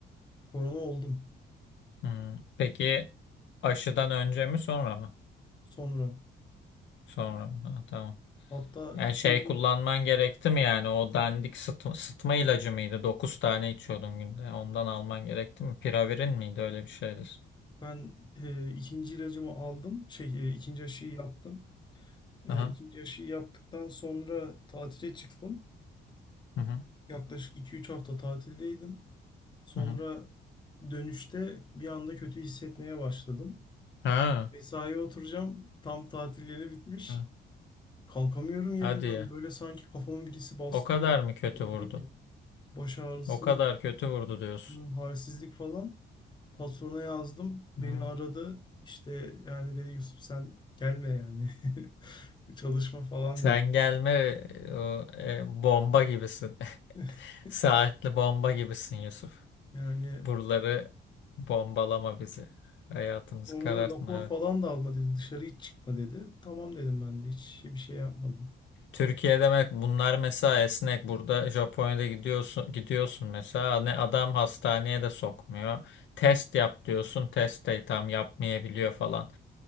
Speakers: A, on the left; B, on the left.
A: Korona oldum
B: Hı. Peki aşıdan önce mi sonra mı?
A: sonra.
B: Sonra mı? Ha, tamam.
A: Hatta
B: Yani
A: ikinci
B: şey kullanman gerekti mi yani o dandik sıtma, sıtma ilacı mıydı? 9 tane içiyordun günde. Ondan alman gerekti mi? Piravirin miydi? Öyle bir şeydi.
A: ben e, ikinci ilacımı aldım. Şey e, ikinci aşıyı yaptım. E,
B: Aha.
A: ikinci aşıyı yaptıktan sonra tatile çıktım.
B: Hı hı.
A: Yaklaşık iki üç hafta tatildeydim. Sonra
B: Hı hı.
A: dönüşte bir anda kötü hissetmeye başladım.
B: Ha.
A: Mesaiye oturacağım. Tam tatil yeni bitmiş.
B: ha.
A: Kalkamıyorum yerimden.
B: Hadi ya.
A: Böyle sanki kafamı birisi bastırıyor.
B: O kadar mı kötü
A: Böyle
B: vurdu?
A: bir baş ağrısı,
B: O kadar kötü vurdu diyorsun.
A: hı, halsizlik falan. Patrona yazdım. Beni
B: Hmm.
A: aradı. İşte yani dedi Yusuf sen gelme yani. <laughs> Çalışma falan
B: Sen
A: dedi.
B: gelme e, o, e, bomba gibisin. <laughs>
A: <laughs>
B: Saatli bomba gibisin Yusuf.
A: Yani
B: Buraları bombalama bizi. Hayatımızı
A: sonra
B: karartma.
A: rapor
B: Evet.
A: falan da alma dedi. Dışarı hiç çıkma dedi. Tamam dedim ben de. Hiç bir şey yapmadım.
B: Türkiye demek bunlar mesela esnek. Burada Japonya'da gidiyorsun gidiyorsun mesela ne adam hastaneye de sokmuyor. Test yap diyorsun. Test de tam yapmayabiliyor falan.